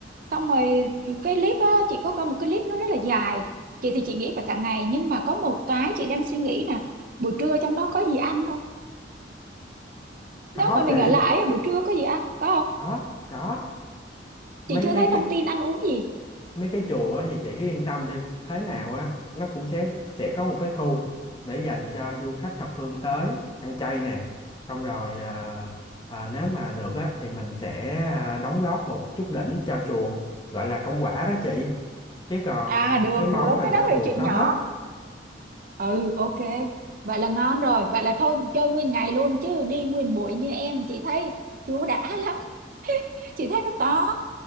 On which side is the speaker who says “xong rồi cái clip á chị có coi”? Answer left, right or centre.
Right